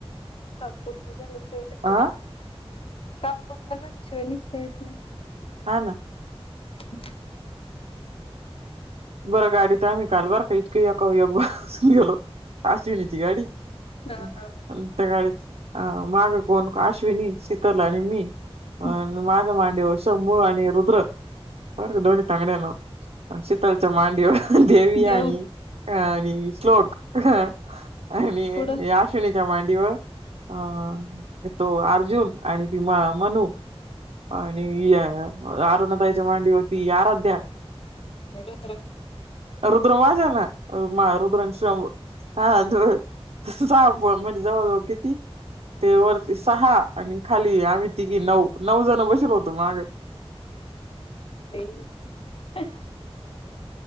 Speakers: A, on the left (about 60°); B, on the right (about 75°).
A: काम पूर्ण झाल्या शिवाय निघता
B: हा
A: ये कामं पूर्ण झाल्यांशिवाय निघतां येतं नाहीं.
B: हां नां.
A: हंहं
B: बरं गांडीत आम्हीं कांल बरं कां! इतके एकांवर एक बसुंन गेलो. अश्विनीची गांडी
A: हा
B: अंस
A: हा.
B: अं त्यां गांडीत अं मागं कोणं अश्विनी शितल आणि मी
A: हम्म
B: अं माझ्यां मांडीवर शंभू आणि रुद्र बर‌ं कां दोन्ही तांगड्यांवर शितलच्यां मांडीवर देवी
A: देव
B: आणि अं आणि श्लोक अं. आणि ये
A: पुढं
B: आं आश्विणीच्या मांडीवर अं तो अर्जुन आणि ती मं मनु. आणि त्यां अरुणा ताईच्यां मांडीवर ती आंराध्या.
A: आणि रुद्र
B: रुद्र माझ्यां नां रुद्र आणि शंभु. हां सहा पोरं म्हणजे जवळंजवळं किती? ते वरती सहा आणि खांली आम्हीं तिघी नऊ नऊ जणं बसिलो होतो मागं. <unintelligible>
A: आईनं